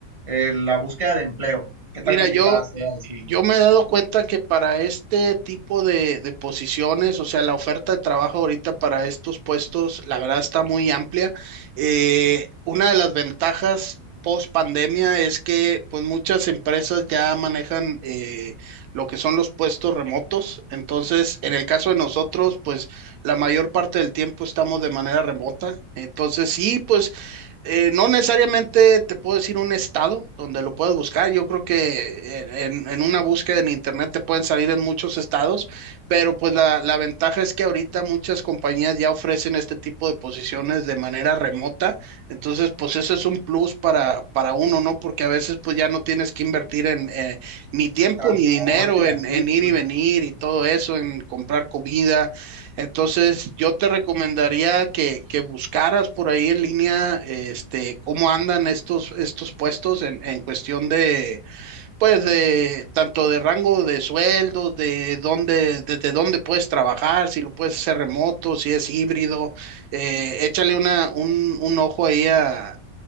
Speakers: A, on the right; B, on the right.
A: el- la búsqueda de empleo, qué tan
B: Mira,
A: complicada
B: yo,
A: sea,
B: eh,
A: así,
B: yo me he dado cuenta que para este tipo de, de posiciones, o sea, la oferta de trabajo ahorita para estos puestos, la verdad está muy amplia. Eh, una de las ventajas post pandemia es que pues muchas empresas ya manejan eh, lo que son los puestos remotos. Entonces, en el caso de nosotros, pues la mayor parte del tiempo estamos de manera remota. Entonces, sí, pues eh, no necesariamente te puedo decir un estado donde lo puedes buscar. Yo creo que en, en- en una búsqueda en internet te pueden salir en muchos estados, pero pues la, la ventaja es que ahorita muchas compañías ya ofrecen este tipo de posiciones de manera remota. Entonces, pues eso es un plus para, para uno, ¿no? Porque a veces pues ya no tienes que invertir en eh, ni tiempo
A: transporte
B: ni dinero
A: y
B: en,
A: así,
B: en ir
A: pues.
B: y venir y todo eso, en comprar comida entonces, yo te recomendaría que, que buscaras por ahí en línea, este, cómo andan estos, estos puestos en, en cuestión de, pues, de tanto de rango de sueldos, de dónde, desde dónde puedes trabajar, si lo puedes hacer remoto, si es híbrido. Eh, échale una, un, un ojo ahí a,